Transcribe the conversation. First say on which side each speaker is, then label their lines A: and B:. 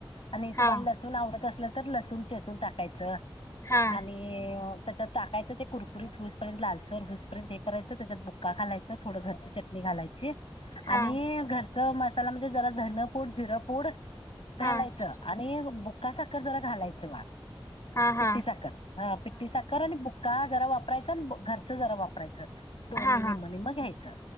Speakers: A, on the left; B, on the left.
A: आणि
B: हा हा
A: तुम्हाला लस लसून आवडत असल तर लसूून चेसून टाकायचं
B: हा
A: आणि त्याच्यात टाकायचं ते कुकुत हऊसपर्यंत लालसर हऊसपर्यंत हेरायचं त्याच्यात बुक्का घालायचं थोड घरची चटणी घालायची
B: हा
A: आणि घरच मसाला म्हणजे जरा धनपूड जिरंपूड घालायचं
B: हा हा
A: आणि बुक्का साखर जरा घालायचं वा
B: हा हा
A: पिट्टी साखर हा पिट्टी साखर आणि ब का जरा वापरायचं आणि घरच जरा वापरायचं दोन्ही
B: हा हा
A: निम्म निम्म घ्यायचं